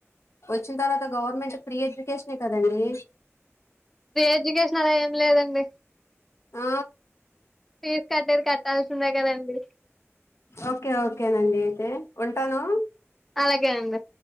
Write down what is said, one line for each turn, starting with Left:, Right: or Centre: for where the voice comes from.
Left: వచ్చిన తర్వాత గవర్నమెంట్ ఫ్రీ ఎడ్యుకేషనే కదండి
Centre: ఫ్రీ ఎడ్యుకేషన్ అలా ఏం లేదండి
Left: ఆ
Centre: ఫీజు కట్టేది కట్టాల్సిందే కదండి
Left: ఓకే ఓకేనండి అయితే ఉంటాను
Centre: అలాగే అండి